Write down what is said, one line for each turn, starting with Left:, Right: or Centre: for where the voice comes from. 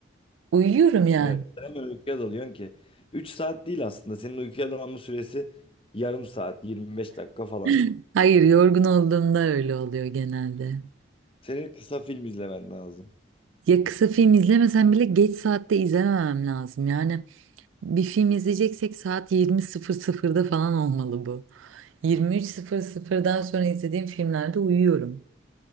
Right: Uyuyorum yani.
Left: Evet. Hemen uykuya dalıyorsun ki. üç saat değil aslında. Senin uykuya dalma süresi yarım saat, 25 dakika falan.
Right: <laughs> Hayır yorgun olduğumda öyle oluyor genelde.
Left: Senin kısa film izlemen lazım.
Right: Ya kısa film izlemesem bile geç saatte izlememem lazım. Yani bir film izleyeceksek saat 20.00'da falan olmalı bu. 23.00'dan sonra izlediğim filmlerde uyuyorum.